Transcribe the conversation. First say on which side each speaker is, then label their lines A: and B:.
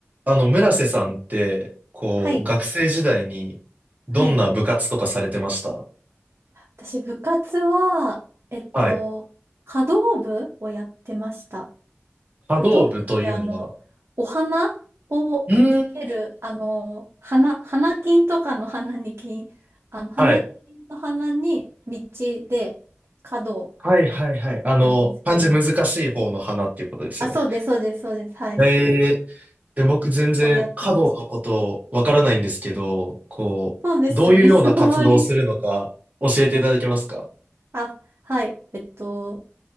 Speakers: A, on the right; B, on the right.
A: あの、村瀬さんって、こう、
B: はい。
A: 学生時代に、どんな部活とかされてました
B: はい。私、部活は、えっと、
A: はい。
B: 華道部をやってました。
A: 波動部というのは、
B: 華道部って、あの、お花を生ける、
A: うーん。
B: あの、花、花金とかの花に金、あの、花金の花に道で華道
A: はい。はいはいはい。あの、
B: なんですけど、
A: 漢字難しい方の花っていうことですよね。
B: あ、そうです、そうです、そうです。はい。
A: えー、え、僕全然華道のことわからないんですけど、
B: をやってました。
A: こう、
B: そうですよね。
A: どういうような活動をするのか教えていただけますか
B: <laughs> あんまりあ、はい。えっと、